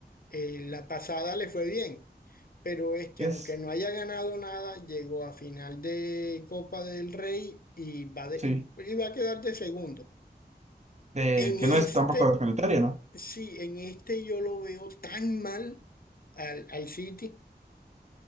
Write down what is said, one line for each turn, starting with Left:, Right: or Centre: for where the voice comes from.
Left: Eh, la pasada le fue bien, pero este,
Right: Es,
Left: aunque no haya ganado nada, llegó a final de Copa del Rey y va, de-
Right: sí.
Left: y y va a quedar de segundo.
Right: eh,
Left: En
Right: que
Left: este,
Right: no es tampoco sanitaria, ¿no?
Left: sí, en este yo lo veo tan mal al, al City.